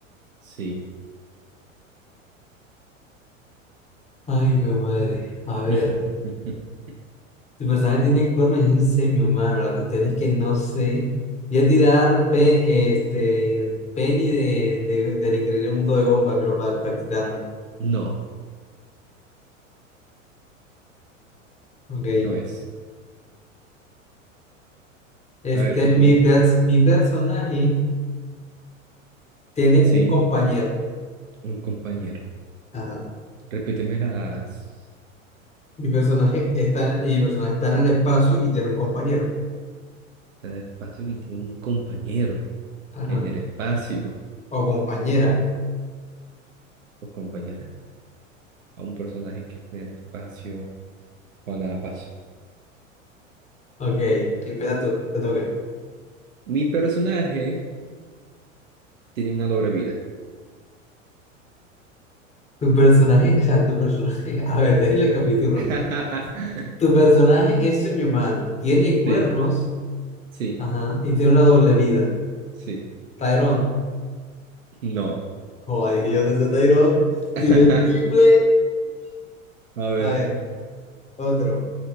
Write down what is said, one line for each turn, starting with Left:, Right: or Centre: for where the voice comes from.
Right: sí.
Left: Ay, qué madre. A ver,
Right: <laughs>
Left: tu personaje tiene cuernos y es un semihumano. La cuestión es que no sé. Voy a tirar pe- este, Penny de, de- del increíble mundo de Gumball, pero para, para quitarme.
Right: No,
Left: Ok.
Right: no es.
Left: Este,
Right: A ver, tu turno.
Left: mi, pers- mi personaje tiene
Right: Sí,
Left: un compañero.
Right: un compañero.
Left: Ajá.
Right: Repíteme las
Left: Mi personaje está, mi personaje está en el espacio y tiene un compañero.
Right: en el espacio y tiene un compañero
Left: Ajá.
Right: en el espacio
Left: O compañera.
Right: o compañera a un personaje que esté en el espacio o nada paso.
Left: Ok. Empieza tú, te toca.
Right: Mi personaje tiene una doble vida.
Left: Tu personaje, o sea, tu personaje, <laughs> a ver, déjale el capítulo.
Right: <laughs>
Left: Tu personaje es un humano, tiene cuernos,
Right: Sí, sí,
Left: ajá, y tiene una doble vida.
Right: sí.
Left: Tyrone,
Right: No.
Left: joder, dije yo desde Tyrone,
Right: <laughs>
Left: tiré el triple.
Right: A ver.
Left: A ver, otro.